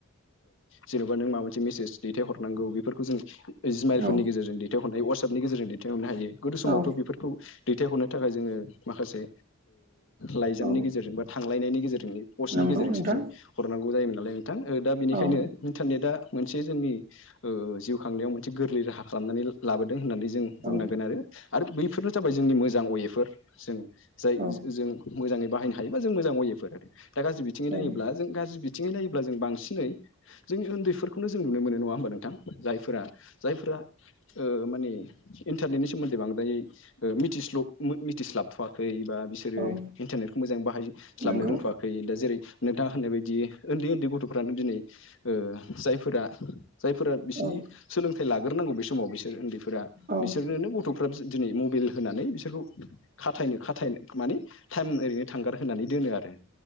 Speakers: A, on the left; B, on the right.
A: जेनेबा नों माबा मोनसे मेसेज दैथायहरनांगौ, बेफोरखौ जों जिमाइलफोरनि
B: औ
A: गेजेरजों दैथायहरनाय वाट्सापनि गेजेरजों दैथहरनो हायो गोदो समावथ'
B: औ
A: बेफोरखौ दैथायहरनो थाखाय जोङो माखासे लाइजामनि
B: औ
A: गेजेरजों बा थांलायनायनि गेजेरजों पस्टनि
B: नंगौ
A: गेजेरजोंसो
B: नोंथां
A: जों हरनांगौ जायोमोन नालाय नोंथां। ओ दा बेनिखायनो
B: औ
A: इन्टारनेटा मोनसे जोंनि जिउ खांनायाव मोनसे गोरलै राहा खालामनानै लाबोदों होननानै जों बुंनांगोन
B: औ
A: आरो। आरो बैफोरनो जाबाय जोंनि मोजां अवेफोर जों जाय
B: औ
A: जों मोजाङै बाहायनो हायोबा जों मोजां अवे फोर दा गाज्रि बिथिं
B: औ
A: नायोब्ला जों गाज्रि बिथिङै नायोब्ला जों बांसिनै जोंनि उन्दैफोरखौनो जों नु नुनो मोन नङा होनबा नोंथां जायफोरा जायफोरा ओ माने इन्टारनेटनि सोमोन दै बांद्राय मिथिस्लब मिथिस्लाबथवाखै बा बिसोरो
B: औ
A: इन्टारनेटखौ मोजां बाहाय स्लाबनो
B: नंगौ
A: रोंथवाखै दा जेरै नोंथाङा होननाय बायदि उन्दै उन्दै गथ'फ्रानो दिनै ओ जायफोर आ बिसोरनि
B: औ
A: सोलोंथाइ लाग्रोनांगौ बे समाव बिसोर उन्दैफोरा
B: औ
A: बिसोरनोनो गथ' फ्रा दिनै मबाइल होनानै बिसोरखौ खाथायनो खाथाय माने टाइम ओरैनो थांगार होनानै दोनो आरो।